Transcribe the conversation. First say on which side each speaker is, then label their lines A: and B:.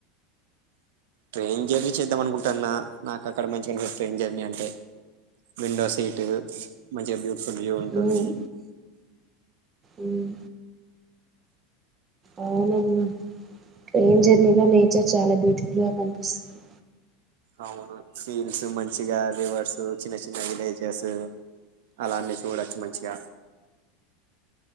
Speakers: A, on the right; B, on the right.
A: ట్రైన్ జర్నీ చేద్దామనుకుంటాన్న నాకక్కడ మంచిగన్పి ట్రైన్ జర్నీ అంటే విండో సీటు మంచిగ బ్యూటిఫుల్ వ్యూ ఉంటుంది
B: ఉమ్ ఉమ్ అవునన్న ట్రైన్ జర్నీలో నేచర్ చాలా బ్యూటిఫుల్ గ కనిపిస్తుంది.
A: అవును సీన్స్ మంచిగా రివర్స్ చిన్న చిన్న విలేజెస్ అలాన్నీ చూడొచ్చు మంచిగా